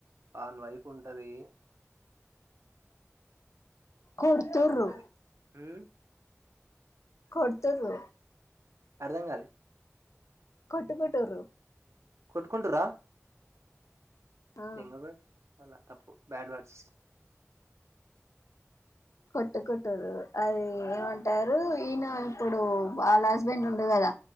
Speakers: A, on the right (about 65°); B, on the left (about 75°).
A: వన్ వైఫ్ ఉంటది
B: కొడుతుర్రు
A: బాగుంటది మ్
B: కొడుతరు
A: అర్థం కాలే
B: కొట్టు కొట్టురు
A: కొట్కుంట్రా
B: ఆ
A: బెంగ బెట్ చాల తప్పు బ్యాడ్ వర్డ్స్
B: కొట్టుకుట్టరు అది ఏమంటారు ఈయన ఇప్పుడు వాళ్ళ హస్బెండ్ ఉండ కదా